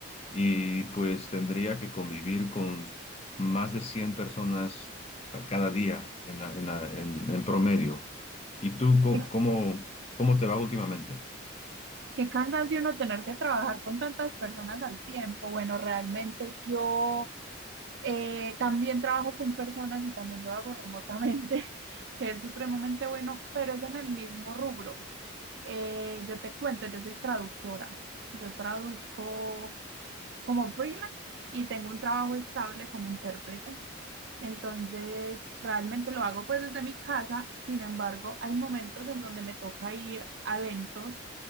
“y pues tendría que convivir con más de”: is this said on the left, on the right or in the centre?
Left